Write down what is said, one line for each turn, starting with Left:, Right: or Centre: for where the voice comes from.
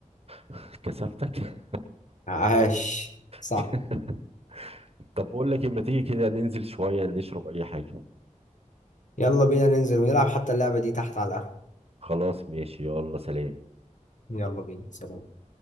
Right: <laughs> كسفتك
Left: عاش صح
Right: <laughs> طب بقول لك إيه، ما تيجي كده ننزل شوية نشرب أي حاجة
Left: يلا بينا ننزل ونلعب حتى اللعبة دي تحت على القهوة
Right: خلاص ماشي يلا سلام
Left: يلا بينا سلام